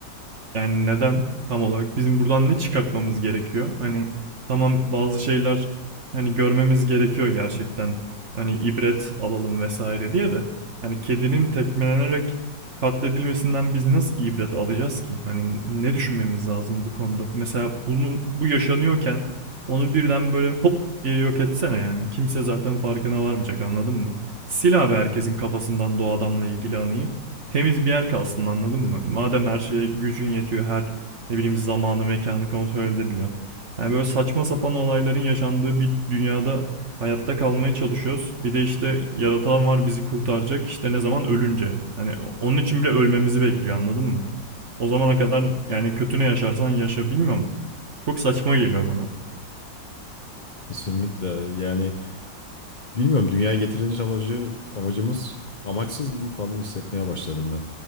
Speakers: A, on the right (about 45°); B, on the left (about 50°).
A: Yani neden tam olarak bizim buradan ne çıkartmamız gerekiyor? Hani tamam bazı şeyler hani görmemiz gerekiyor gerçekten. Hani ibret alalım vesaire diye de hani kedinin tekmelenerek katledilmesinden biz nasıl ibret alacağız ki? Hani ne düşünmemiz lazım bu konuda? Mesela bunun bu yaşanıyorken onu birden böyle hop diye yok etsene yani. Kimse zaten farkına varmayacak anladın mı? Sil abi herkesin kafasından doğu adamla ilgili anıyı temiz bir yer kalsın anladın mı? Madem her şeye gücün yetiyor, her ne bileyim zamanı, mekanı kontrol edebiliyorsun. Yani böyle saçma sapan olayların yaşandığı bir dünyada hayatta kalmaya çalışıyoruz. Bir de işte yaratan var bizi kurtaracak işte ne zaman ölünce. Hani onun için bile ölmemizi bekliyor anladın mı? O zamana kadar yani kötü ne yaşarsan yaşa bilmiyorum. Çok saçma geliyor bana.
B: Kesinlikle yani Bilmiyorum dünyaya getiriliş amacı amacımız amaçsız gibi falan hissetmeye başladım ben.